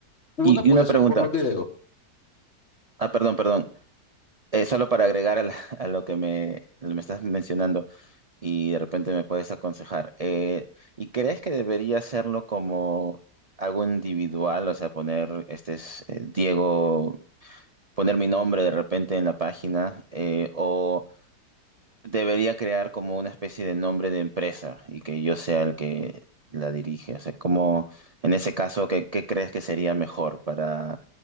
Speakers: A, on the left; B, on the right.
A: Una
B: Y,
A: puede
B: y una pregunta,
A: ser por los videos.
B: ah, perdón, perdón, eh, solo para agregar a, la- <laughs> a lo que me, me estás mencionando. y de repente me puedes aconsejar. Eh, ¿y crees que debería hacerlo como algo individual? O sea, poner, este es eh, Diego, poner mi nombre de repente en la página, eh, o debería crear como una especie de nombre de empresa y que yo sea el que la dirige. O sea, como en ese caso, ¿qué, qué crees que sería mejor para...